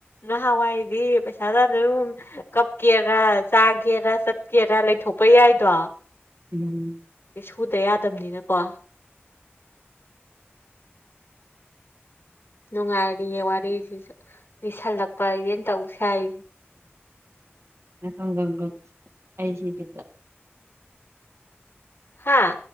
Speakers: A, on the left (about 60°); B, on the right (about 80°).
A: ꯅꯍꯥꯟꯋꯥꯏꯗꯤ ꯄꯩꯁꯥ ꯇꯥꯅ ꯑꯗꯨ ꯆꯠꯀꯦꯔꯥ ꯆꯥꯒꯦꯔ ꯆꯠꯀꯦꯔ ꯂꯩꯊꯣꯛꯄ ꯌꯥꯏꯗꯣ
B: ꯎꯝ
A: ꯐꯨꯗ ꯌꯥꯗꯕꯅꯤꯅꯀꯣ ꯅꯨꯡꯉꯥꯏꯔꯤꯌꯦ ꯋꯥꯔꯤꯁꯤꯁꯨ ꯂꯤꯁꯜꯂꯛꯄ ꯍꯥꯏꯁꯦ ꯇꯧ ꯁꯥꯏꯁꯦ
B: ꯑ ꯍꯪ ꯑꯩ ꯁꯤꯈꯤꯗ <unintelligible>
A: ꯍꯥꯥ